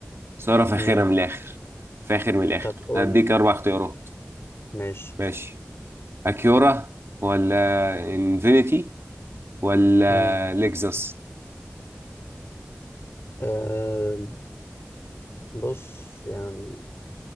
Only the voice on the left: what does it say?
مم.
طب قول
ماشي
مم.
آه بص يعني